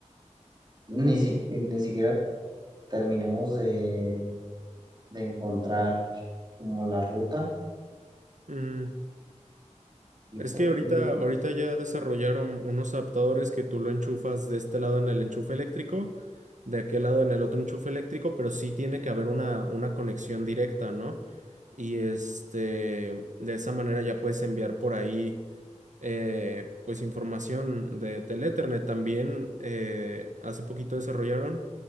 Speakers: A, on the right; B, on the right.
A: ni, si- ni siquiera terminemos de, de encontrar como la ruta
B: Ujú.
A: y,
B: Es
A: pues,
B: que ahorita,
A: y,
B: ahorita ya desarrollaron unos adaptadores que tú lo enchufas de este lado en el enchufe eléctrico, de aquel lado en el otro enchufe eléctrico, pero sí tiene que haber una, una conexión directa, ¿no? Y este, de esa manera ya puedes enviar por ahí eh, pues información de, del Ethernet. También eh, hace poquito desarrollaron,